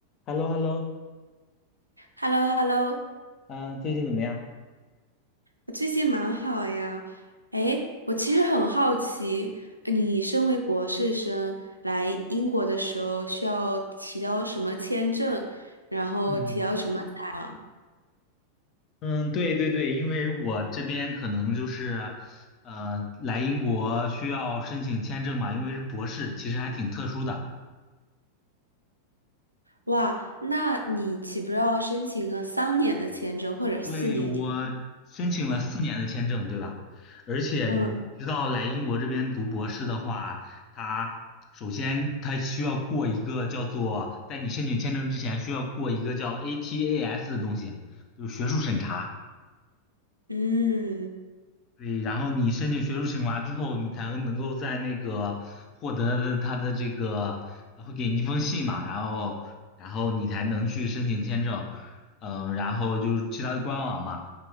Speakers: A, on the left; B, on the right.
A: h e l l o h e l l o
B: h e l l o h e l l o
A: 嗯，最近怎么样？
B: 我最近蛮好呀。哎，我其实很好奇，你身为博士生来英国的时候需要提交什么签证，然后提交什么材啊？
A: 嗯，嗯，对对对，因为我这边可能就是，呃，来英国需要申请签证嘛，因为是博士，其实还挺特殊的。
B: 哇，那你岂不是要申请个三年的签证或者四年你
A: 对，我申请了四年的签证，
B: 呢？
A: 对吧？而且你知道，
B: 嗯
A: 来英国这边读博士的话，它首先它需要过一个叫做，在你申请签证之前需要过一个叫 ATAS 的东西，就是学术审查。
B: 嗯，
A: 对，然后你申请学术惩罚之后，你才能够在那个获得的他的这个，呃会给你一封信嘛，然后然后你才能去申请签证，呃，然后就是其他的官网嘛，